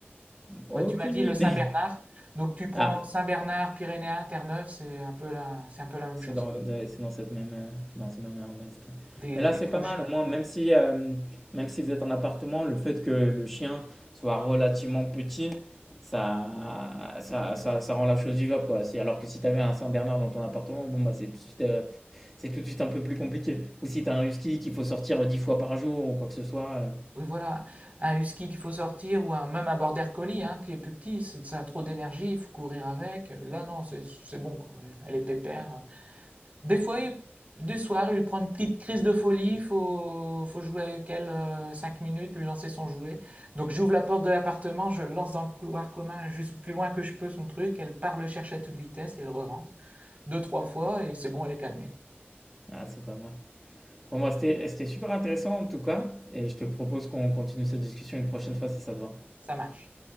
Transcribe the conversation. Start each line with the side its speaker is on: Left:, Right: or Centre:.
Centre: Aucune
Right: Ouais, tu m'as dit le
Centre: idée.
Right: Saint-Bernard.
Centre: <laughs>
Right: Donc tu prends
Centre: Ah,
Right: Saint-Bernard, Pyrénéen, Terre-Neuve, c'est un peu la, c'est un peu la même
Centre: c'est
Right: chose.
Centre: dans,
Right: quoi.
Centre: de- c'est dans cette même, euh, dans ce même ordre d'esprit.
Right: Des,
Centre: Mais là,
Right: des
Centre: c'est
Right: gros
Centre: pas mal.
Right: chiens.
Centre: Au moins, même si, euh, même si vous êtes en appartement, le fait que le chien soit relativement petit, ça,
Right: Ouais.
Centre: ça, ça, ça rend la chose vivable, quoi. Si- alors que si t'avais un Saint-Bernard dans ton appartement, bon, bah, c'est tout de suite, euh, c'est tout de suite un peu plus compliqué. Ou si tu as un husky qu'il faut sortir euh, 10 fois par jour ou quoi que ce soit. euh,
Right: Oui, voilà, un husky qu'il faut sortir ou un, même un border collie hein, qui est plus petit, c'est- ça a trop d'énergie, il faut courir avec. Là, non, c'est c'est bon, quoi. Elle est pépère.
Centre: voilà.
Right: Des fois, il- du soir, il lui prend une petite crise de folie, il faut, faut jouer avec elle euh, 5 minutes, lui lancer son jouet. Donc, j'ouvre la porte de l'appartement, je lance dans le couloir commun, juste plus loin que je peux son truc, elle part le chercher à toute vitesse et elle re-rentre. Deux, trois fois, et c'est bon, elle est calmée.
Centre: Ah, c'est pas mal. Bon, moi, c'était c'était super intéressant en tout cas. Et je te propose qu'on continue cette discussion une prochaine fois si ça te va.
Right: Ça marche.